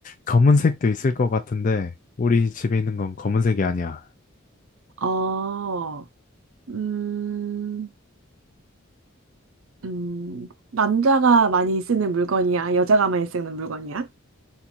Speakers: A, on the left; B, on the right.
A: 검은색도 있을 것 같은데, 우리 집에 있는 건 검은색이 아니야.
B: 어, 음, 음, 남자가 많이 쓰는 물건이야? 여자가 많이 쓰는 물건이야?